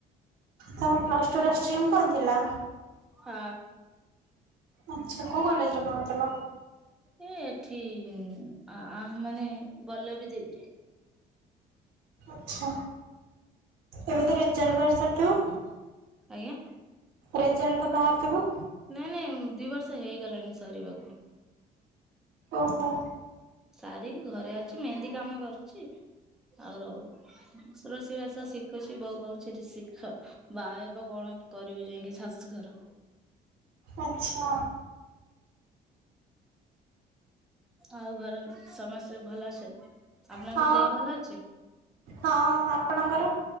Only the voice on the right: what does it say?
ତମ ପ୍ଲସ ଟୁ ର ଷ୍ଟିମ କଣ ଥିଲା?
ଆଚ୍ଛା କୋଉ କଲେଜରେ ପଢୁଥିଲ?
ଆଛା। ଏବେ ତ ରିଚାଜ୍ ବା ସରିଥିବ?
ରେଜଲଟ୍ ତ ବାହାରିଥିବ?
ଓହୋ।
ଆଚ୍ଛା।
ହଁ
ହଁ ଆପଣଙ୍କର?